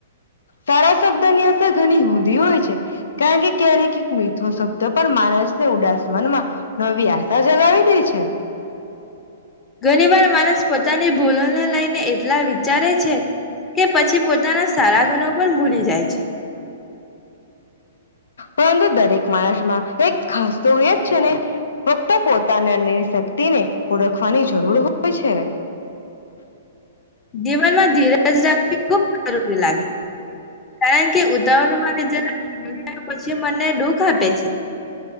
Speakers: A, on the left; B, on the left.
A: સારા શબ્દો ની અશેર ઘણી ઊંધી હોય છે કારણ કે ક્યારેક એક મીઠો શબ્દ પણ માણસને ઉદાસમનમાં નવી આશા જગાવી દે છે
B: ઘણી વાર માણસ પોતાની ભૂલ ને લઈને એટલા વિચારે છે કે પછી પોતાના સારા ગુણો પણ ભૂલી જાય છે
A: પરંતુ દરેક માણસમાં એક ખાસતો હોય જ છે ને ફક્ત પોતાને અનની શક્તિને ઓળખવાની જરૂર હોય છે
B: જીવનમાં ધીરજ રાખવી બહુ જરૂરી લાગે કારણ કે ઉતાવળમાં જ્યારે <inaudible> પછી મનને દુઃખ આપે છે